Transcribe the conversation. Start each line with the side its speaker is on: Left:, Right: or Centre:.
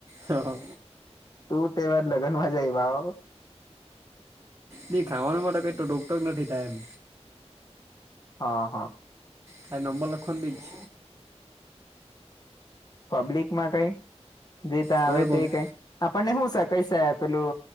Right: હા
Left: તું તેવા જ લગન માં જાય વાવ
Right: નહી ખાવાનું માટે કઈ તો ડોક્ટર નથી તા એમ
Left: હા હા
Right: તા નંબર લખવાનો બી છ
Left: પબ્લિક માં કઈ દેતા
Right: કોઈ
Left: આવે તે કઈ આપણને હુ છે કઈ શ પેલું